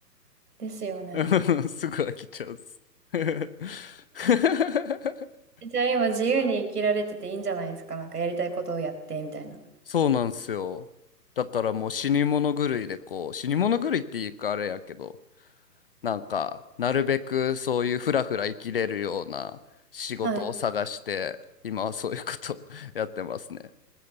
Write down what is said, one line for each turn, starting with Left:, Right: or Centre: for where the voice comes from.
Right: ですよね。
Left: <laughs> うんすぐ飽きちゃうっす。<laughs>
Right: じゃあ今自由に生きられてていいんじゃないですか。なんかやりたいことをやって、みたいな。
Left: そうなんすよ。だからもう死に物狂いでこう、死に物狂いっていうかあれやけど、なんか、なるべくそういうふらふら生きれるような仕事を探して、
Right: はい。
Left: 今はそういうこと <laughs> やってますね。